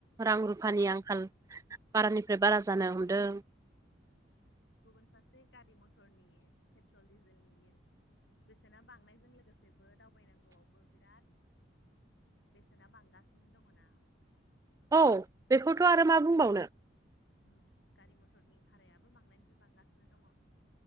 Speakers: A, on the right; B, on the left.
A: रां रुफानि
B: औ
A: आंखाल बारानिफ्राय बारा जानो हमदों।
B: गुबुन फारसे गारि मथरनि पेट्रल डिजेलनि बेसेना बांनायजों लोगोसेबो दावबायनांगौआवबो बिराद बेसेना बांगासिनो दङ ना
A: औ बेखौथ' आरो मा बुंबावनो।
B: ओम गारि मथरनि भारायाबो बांनायनिफ्राय बांगासिनो दङ।